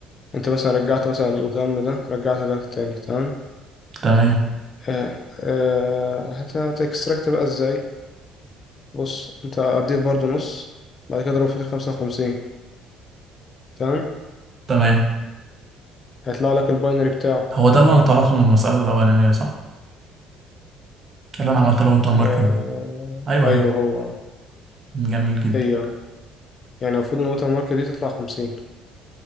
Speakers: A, on the left; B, on the right.
A: انت مثلا رجعت مثلا الغم ده رجعت ده تاني تمام
B: تمام
A: آه آه هت- هتكستراكت بقى ازاي بص انت هتضيف برضو نص بعد كده اضربه في ال 55 تمام
B: تمام
A: هيطلع لك الباينري بتاعه
B: هو ده اللي انا طلعته من المسألة الأولانية صح؟ اللي انا عملت له ووتر ماركينج
A: آه
B: ايوه
A: ايوه
B: هي
A: هو آه،
B: جميل جدا
A: هي آه. يعني المفروض ان الوتر مارك دي تطلع 50